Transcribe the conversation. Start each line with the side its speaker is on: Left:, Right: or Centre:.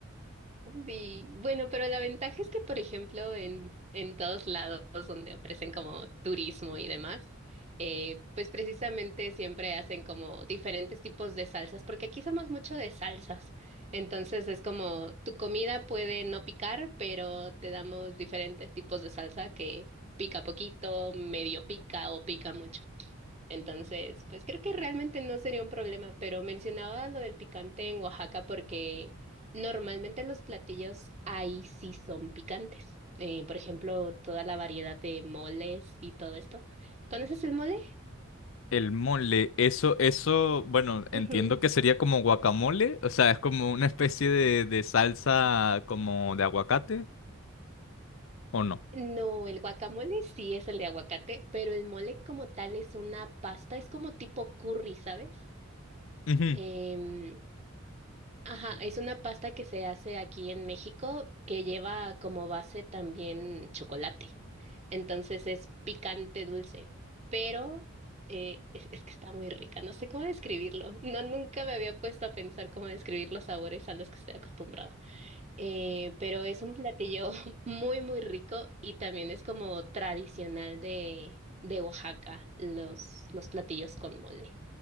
Right: Sí. Bueno, pero la ventaja es que, por ejemplo, en, en todos lados donde ofrecen como turismo y demás, eh, pues precisamente siempre hacen como diferentes tipos de salsas, porque aquí somos mucho de salsas. Entonces es como tu comida puede no picar, pero te damos diferentes tipos de salsa que pica poquito, medio pica o pica mucho. Entonces, pues creo que realmente no sería un problema, pero mencionaba lo del picante en Oaxaca porque normalmente los platillos ahí sí son picantes. Eh, por ejemplo, toda la variedad de moles y todo esto. ¿Conoces el mole?
Left: El mole, eso, eso, bueno, entiendo
Right: Ujú.
Left: que sería como guacamole, o sea, es como una especie de, de salsa como de aguacate, ¿o no?
Right: No, el guacamole sí es el de aguacate, pero el mole como tal es una pasta, es como tipo curry, ¿sabes?
Left: Ujú.
Right: Em, Ajá, es una pasta que se hace aquí en México que lleva como base también chocolate. Entonces es picante dulce, pero eh, es, es que está muy rica. No sé cómo describirlo. No, nunca me había puesto a pensar cómo describir los sabores a los que estoy acostumbrada. Eh, pero es un platillo <laughs> muy, muy rico y también es como tradicional de, de Oaxaca, los, los platillos con mole.